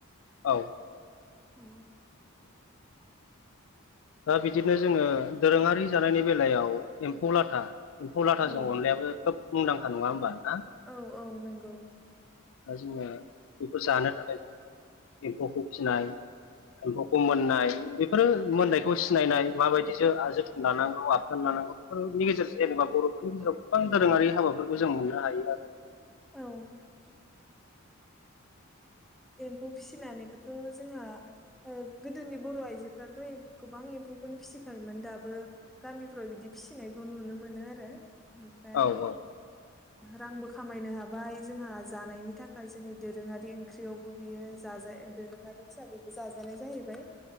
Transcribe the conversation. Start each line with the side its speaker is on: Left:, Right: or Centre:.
Left: औ
Centre: औ
Left: दा बिदिनो जोङो दोरोङारि जानायनि बेलायाव एम्फौ लाथा एम्फौ लाथाजों
Centre: औ
Left: अनलायाबो खोब मुंदांखा नङा होमबा ना
Centre: औ औ नंगौ
Left: दा जोंना बेखौ जानो थाखाय एम्फौखौ फिसिनाय एम्फौखौ मोननाय बेफोरो मोननाय खौ सिनायनाय माबायदिसो जोथोन लानांगौ आबथान लानांगौ बेफोरनि गेजेरजों जेनेबा बर'फोरनि गेजेराव गोबां दोरोङारि हाबाफोरखौ जों मोननो हायो आरो
Centre: औ एम्फौ फिसिनानैबोथ' जोंहा गोदोनि बर' आइजोफ्राथ' गोबां एम्फौखौनो फिसिखायोमोन दाबो गामिफ्राव बिदि फिसिनायखौ नुनो मोनो आरो ओनिफ्राय
Left: आरो औ
Centre: रांबो खामायनो हाबाय जोंहा जानायनि थाखाय जोंनि दोरोङारि ओंख्रियावबो बियो जाजा दोरोङारि हिसाबैबो जाजानाय जाहैबाय